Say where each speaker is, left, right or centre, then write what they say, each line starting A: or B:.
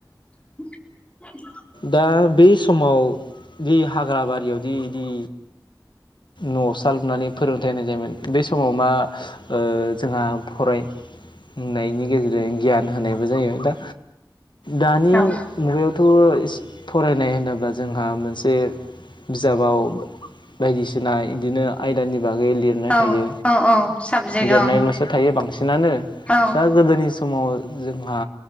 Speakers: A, on the left; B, on the left.
A: <inaudible>
B: दा बे समाव जि हाग्रा बारियावदि इदि नसा लुनानै फोरोंथायाइ होनाय जायोमोन बे समाव मा ओ जोंहा फरायनायनि गेजेरजों गियान होनायबो जायो दा दानि
A: औ
B: मुगायाव थ इसे फरायनाय होनोब्ला जोंहा मोनसे बिजाबाव बायदिसि सिना इदिनो आयदानि बागै लिरनाय
A: औ
B: थायो।
A: औ औ साबजेक्ट
B: लिरनायलसो
A: औ
B: थायो बांसिनानो
A: औ
B: दा गोदोनि स समाव जोंहा